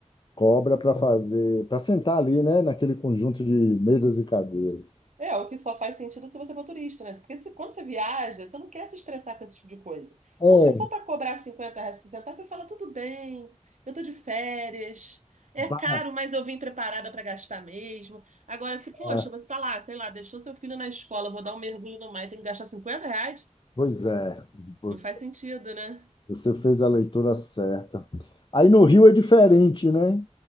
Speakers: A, on the left; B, on the right.
A: cobra para fazer, para sentar ali, né, naquele conjunto de mesas e cadeiras.
B: É, o que só faz sentido se você for turista, né? Porque se, quando você viaja, você não quer se estressar com esse tipo de coisa.
A: É,
B: Então, se for para cobrar 50 reais, 60, você fala, tudo bem, eu tô de férias, é
A: vale
B: caro,
A: a
B: mas eu vim preparada para gastar mesmo. Agora, se, poxa,
A: pena.
B: você tá lá, sei lá, deixou seu filho na escola, vou dar um mergulho no mar e tem que gastar cinquenta reais,
A: Pois é, você,
B: não faz sentido, né?
A: você fez a leitura certa. Aí no Rio é diferente, né?